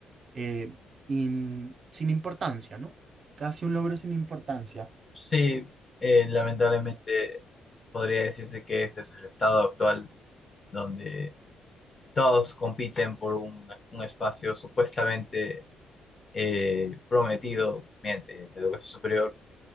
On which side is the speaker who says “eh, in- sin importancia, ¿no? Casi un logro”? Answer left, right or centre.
Right